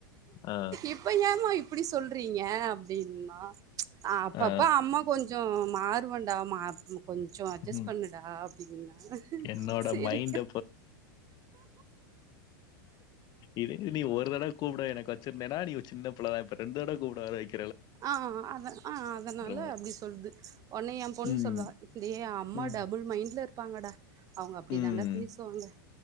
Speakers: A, on the left; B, on the right.
A: ஆ,
B: இப்ப ஏமா இப்படி சொல் செல்ரிங்க அப்படின்னா அப்பப்ப
A: ஆ.
B: அம்மா கொஞ்சம் மாற் <unintelligible> கொஞ்சம் அட்ஜஸ்
A: ம்.
B: பண்ணுடா அப்படின்னா
A: என்னோட
B: சிரிக்குறா
A: மைண்ட இதுக்கு நீ ஒரு தடவை கூப்பிட எனக்கு வச்சிரு என்னடா நீ ஓ சின்ன புள்ளை தான் ரெண்டு தடவ கூப்பிடமாரி ஆ
B: ஆஹ அத ஆஹ அதனால
A: மாரி.
B: அப்படி சொல்லுது உன்ன என் பொண்ணு
A: ம்.
B: சொல்லுவா டே அம்மா
A: ம்.
B: டபுள் மைண்ட்ல இருப்பாங்கடா அவங்க அப்படி
A: ம்.
B: தான்டா பேசுவாங்க